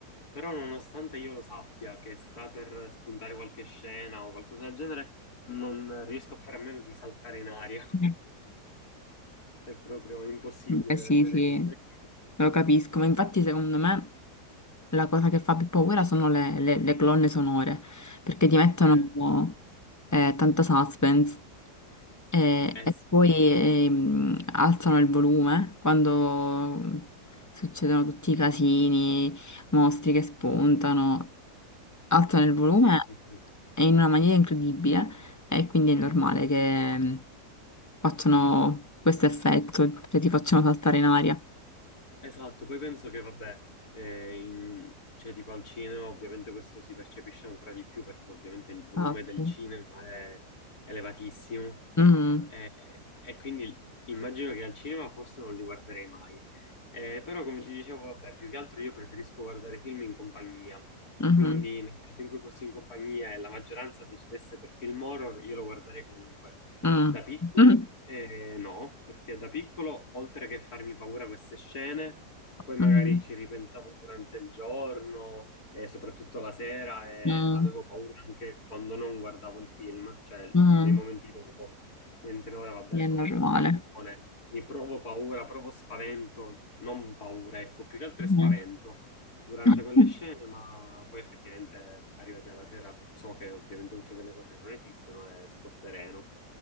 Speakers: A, on the left; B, on the left.
A: Però nonostante io lo sappia che sta per spuntare qualche scena o qualcosa del genere, non riesco a fare a meno di saltare in aria. <laughs>
B: Mm.
A: È proprio impossibile
B: Beh, sì,
A: per me
B: sì,
A: resistere.
B: lo capisco, ma infatti secondo me la cosa che fa più paura sono le, le- le colonne sonore, perché ti mettono
A: Eh,
B: eh, tanta suspense eh,
A: eh
B: e
A: sì,
B: poi ehm, alzano il volume quando succedono tutti i casini, mostri che spuntano, alzano il volume
A: sì, sì, sì.
B: e in una maniera incredibile e quindi è normale che... facciano questo effetto, cioè ti facciano saltare in aria.
A: Esatto, poi penso che vabbè, eh, in- cioè tipo al cinema ovviamente questo si percepisce ancora di più perché ovviamente il volume
B: Ah,
A: del
B: mm,
A: cinema è elevatissimo
B: mm,
A: eh, e quindi immagino che al cinema forse non li guarderei mai. Eh, però come ti dicevo, vabbè, più che altro io preferisco guardare film in compagnia,
B: mm,
A: quindi nel caso in cui fossi in compagnia e la maggioranza decidesse per film horror, io lo guarderei comunque.
B: mm,
A: Da piccolo,
B: mm,
A: eh, no, perché da piccolo, oltre che farmi paura queste scene, poi magari
B: mm,
A: ci ripensavo durante il giorno e soprattutto la sera e
B: mm,
A: avevo paura anche quando non guardavo il film, cioè nei
B: mm.
A: momenti dopo. Mentre ora, vabbè,
B: Sì, È
A: so
B: normale.
A: che è tutta finzione, mi provo paura, provo spavento, non paura, ecco, più che altro
B: Mm.
A: è spavento durante
B: <laughs>
A: quelle scene, ma poi effettivamente arrivati alla sera so che ovviamente tutte quelle cose non esistono e sto sereno.